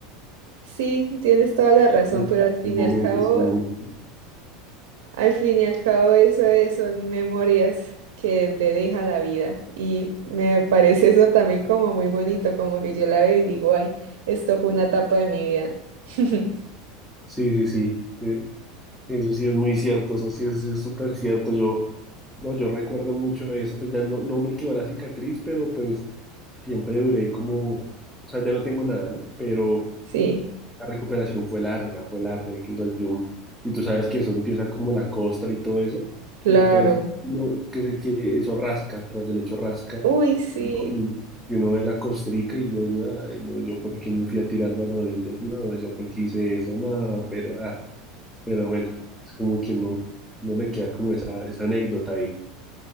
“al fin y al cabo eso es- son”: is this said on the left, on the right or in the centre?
Right